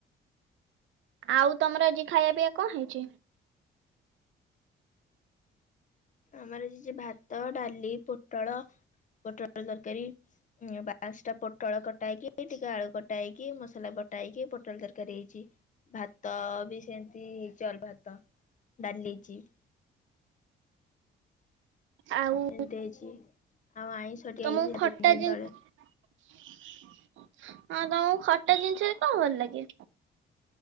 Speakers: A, on the right (about 75°); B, on the left (about 40°).
A: ଆଉ ତମର ଆଜି ଖାଇବା ପିଇବା କଣ ହେଇଛି?
B: ଆମର ହେଇଛି ଭାତ ଡାଲି ପୋଟଳ ପୋଟଳ ତରକାରୀ। ଉଁ ପାଞ୍ଚଟା ପୋଟଳ କଟାହେଇକି ଟିକେ ଆଳୁ କଟାହେଇକି ମସଲା ବଟାହେଇକି ପୋଟଳ ତରକାରୀ ହେଇଛି। ଭାତ ବି ସେମତି ହେଇ ଚଲ୍ ଭାତ, ଡାଲି ହେଇଛି।
A: ଆଉ
B: ଏମିତି ହେଇଛି ଆଉ ଆଇଁଷଟି ହେଇଛି
A: ତମକୁ ଖଟା
B: ଦି ତିନି ଦିନ
A: ଜିନିଷ
B: ତଳେ।
A: ହଁ ତମକୁ ଖଟା ଜିନିଷ ବି ତ ଭଲ ଲାଗେ।